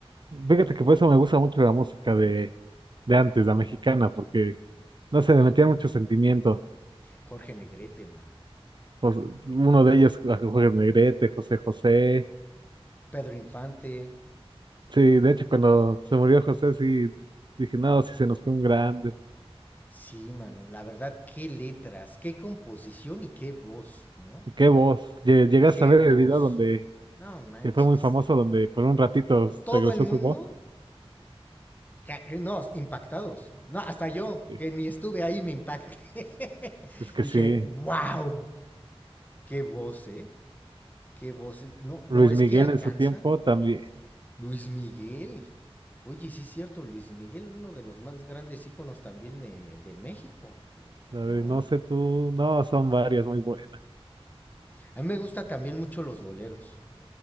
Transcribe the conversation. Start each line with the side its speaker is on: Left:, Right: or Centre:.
Right: Fíjate que por eso me gusta mucho la música de, de antes, la mexicana, porque no sé, le metían mucho sentimiento.
Left: Jorge Negrete, mano.
Right: Jos- Uno de ellos, ah, Jorge Negrete, José José.
Left: Pedro Infante,
Right: Sí, de hecho, cuando se murió José, sí, dije, no, sí se nos fue un grande.
Left: sí, mano. La verdad, qué letras, qué composición y qué voz, ¿no?
Right: ¿Y qué voz? Lle- ¿Llegaste
Left: Qué
Right: a ver
Left: voz.
Right: el video donde
Left: No manches.
Right: que fue muy famoso, donde por un ratito
Left: Todo
Right: regresó
Left: el mundo
Right: su voz?
Left: Ca- No, impactados. No, hasta yo,
Right: Sí.
Left: que ni estuve ahí, me impacté. <laughs>
Right: Es que
Left: Dije,
Right: sí,
Left: wow, qué voz, ¿eh? Qué voz. eh. No, no,
Right: Luis
Left: es
Right: Miguel
Left: que alcanza
Right: en su tiempo también.
Left: Luis Miguel. Oye, sí es cierto, Luis Miguel, uno de los más grandes íconos también de, de México,
Right: A ver,
Left: ¿no?
Right: no sé tú, no, son varias muy buenas.
Left: A mí me gusta también mucho los boleros.